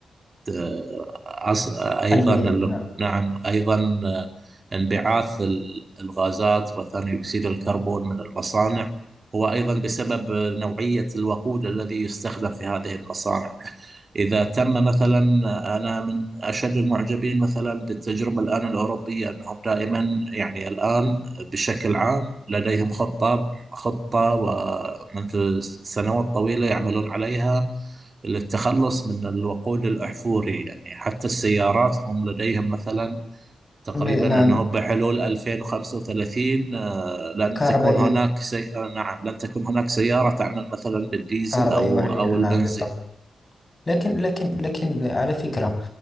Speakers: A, on the right (about 45°); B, on the left (about 35°).
A: ال- عص- أيضا
B: البي
A: ال-
B: نعم
A: نعم أيضا آه، انبعاث ال- الغازات وثاني أكسيد الكربون من المصانع هو أيضا بسبب نوعية الوقود الذي يستخدم في هذه المصانع إذا تم مثلا أنا من أشد المعجبين مثلا بالتجربة الآن الأوروبية أنهم دائما يعني الآن بشكل عام لديهم خطة خطة ومنذ سنوات طويلة يعملون عليها للتخلص من الوقود الأحفوري يعني حتى السيارات هم لديهم مثلا تقريبا
B: ب- نعم
A: أنه بحلول 2035 آه، لن
B: كهربائية
A: تكون هناك سي... آه، نعم لن تكون هناك سيارة تعمل مثلا بالديزل
B: كهربائية
A: أو
B: وهجينة
A: أو البنزين
B: نعم بالطبع لكن لكن لكن على فكرة